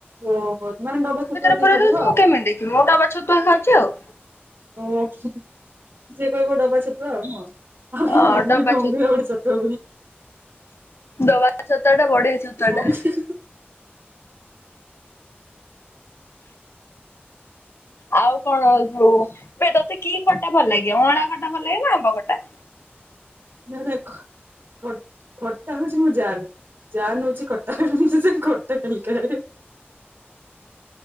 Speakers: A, on the right; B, on the left.
A: ଓ ହୋ ମାନେ ଡବା ଛତୁଆ
B: ପୁରାଇ
A: ଯିଏ ଭାବିବ
B: ଦୋଉଛି ମୁଁ
A: ଆଉ।
B: କେମିତି ଦେଖିମି ମୁଁ ଡବା ଛତୁଆ ଖାଉଛି ଆଉ।
A: ଓ ହୋ ଯିଏ କହିବ ଡବା ଛତୁଆ ଆଉ ନୁହଁ। <unintelligible>
B: ଅ ଡବା
A: ଛତୁଆ ବୋଲି
B: ଡବା ଛତୁଆ ଟା ବଢିଆ ଛତୁଆ ଟା।
A: <unintelligible>
B: ଆଉ କଣ ଯୋଉ ବେ ତୋତେ କି ଖଟା ଭଲ ଲାଗେ ଅଁଳା ଖଟା ଭଲ ଲାଗେ ନା ଆମ୍ବ ଖଟା?
A: ହେଁ ହେଁ ଖ ଖଟ ଖଟା ହୋଉଛି ମୋ ଜାନ୍। ଯାନ ହୋଉଛି ଖଟା ସେ ଖଟା ଖାଲି ଖାଏ।